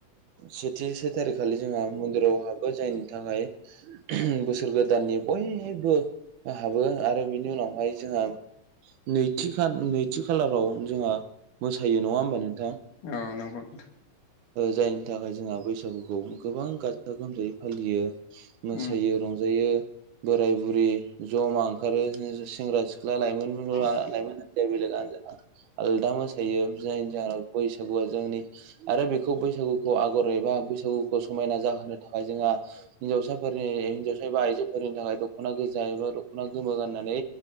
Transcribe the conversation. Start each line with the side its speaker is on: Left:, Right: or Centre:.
Right: सेथि से थारिखखालि जोंहा मन्दिराव हाबो जायनि थाखाय बोसोर गोदान गोदाननि बयहबो हाबो आरो बिनि उनावहाय जोंहा नैथि खा नैथि खालाराव जोंहा मोसायो नङा होमबा नोंथां
Left: औ नंगौ नोंथां
Right: जायनि थाखाय जोंहा बैसागुखौ गोबां गाजा गोमजायै फालियो मोसायो
Left: उम
Right: रंजायो बोराय बुरि जमा ओंखारो सेंग्रा सिख्ला लाइमोन
Left: औ
Right: लाइमोन हानजाया बेलेग हानजा आलदा मोसायो जायनि जाहोनाव बैसागुआ जोंनि आरो बेखौ बैसागुखौ आगर एबा बैसागुखौ समायना जाहोनो थाखाय जोंहा हिनजावसाफोरनि हिनजावसा एबा आइजोफोरनि थाखाय दख'ना गोजा जायोबा दख'ना गोमो गाननानै